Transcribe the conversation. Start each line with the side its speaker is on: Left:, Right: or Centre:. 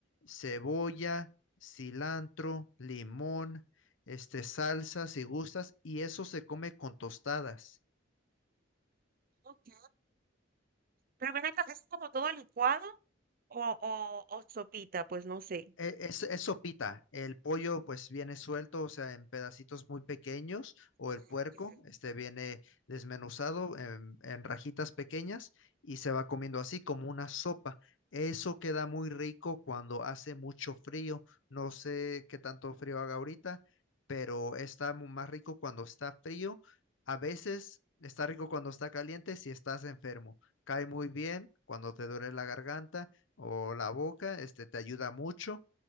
Left: cebolla, cilantro, limón, este, salsa, si gustas, y eso se come con tostadas.
Right: Ok. Pero ven acá, ¿es como todo licuado o, o, o sopita? Pues no sé.
Left: e- Es, es sopita. El pollo pues viene suelto, o sea, en pedacitos muy pequeños, o el
Right: Ok,
Left: puerco,
Right: ok.
Left: este viene desmenuzado en, en rajitas pequeñas y se va comiendo así como una sopa. Eso queda muy rico cuando hace mucho frío. No sé qué tanto frío haga ahorita, pero está mu- más rico cuando está frío. A veces está rico cuando está caliente si estás enfermo. Cae muy bien cuando te duele la garganta o la boca, este te ayuda mucho